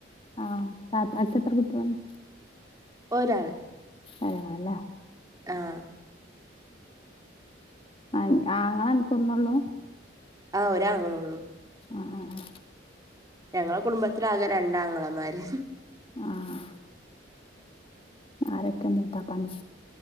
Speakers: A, on the left; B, on the right.
A: ആഹ് താത്തക്ക് എത്ര കുട്ട്യള്ണ്ട്
B: ഒരാള്
A: അയാന
B: ആഹ്
A: ആഹ് ആങ്ങളൻക്ക്ഒന്നള്ളൂ
B: ആഹ് ഒരാങ്ങളൊള്ളൂ
A: അഹ് അഹ് അഹ്
B: ഞങ്ങളെ കുടുംബത്തിലാകെ രണ്ടാങ്ങളമാര്
A: ആഹ് ആരക്കെ മൂത്താപ്പാന്റെ